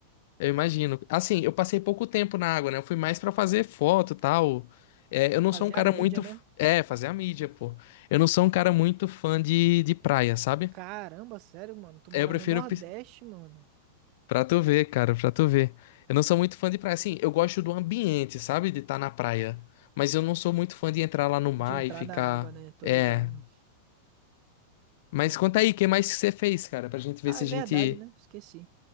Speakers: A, on the left; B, on the right.
A: Eu imagino. Assim, eu passei pouco tempo na água, né? Eu fui mais pra fazer foto e tal. É, eu não
B: Fazer
A: sou um cara
B: a mídia,
A: muito.
B: né?
A: f- É, fazer a mídia, pô. Eu não sou um cara muito fã de, de praia, sabe?
B: Caramba, sério, mano, tu mora
A: É, Eu prefiro.
B: no Nordeste,
A: pis-
B: mano.
A: Pra tu ver, cara, pra tu ver. Eu não sou muito fã de praia. Assim, eu gosto do ambiente, sabe? De estar na praia. Mas eu não sou muito fã de entrar lá no mar
B: De entrar
A: e ficar.
B: na água, né? Tô
A: É.
B: ligado.
A: Mas
B: Tô li-
A: conta aí, o que mais que você fez, cara? Pra gente ver
B: Ah,
A: se
B: é
A: a
B: verdade,
A: gente.
B: né? Esqueci.